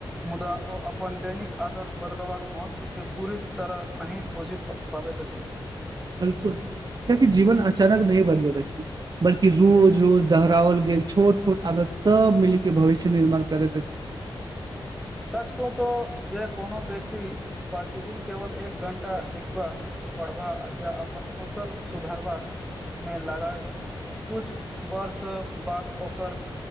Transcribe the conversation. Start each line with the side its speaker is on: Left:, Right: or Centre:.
Centre: मुदा ओ अपन दैनिक आदत बदलबाक महत्वकेँ पूरी तरह नहि बुझै पड़ पाबैत छी
Right: बिल्कुल <inaudible> कियकि जीवन अचानक नहि बदल अछि बल्कि रोज रोज दोहराओल गेल छोट छोट आदत सब मिल के भविष्य निर्माण करैत अछि
Centre: सच कहू तो जे कोनो व्यक्ति प्रतिदिन केवल एक घंटा सिखबा पड़बा या अपन कौशल सुधारबामे लगायल कुछ वर्ष बाद ओकर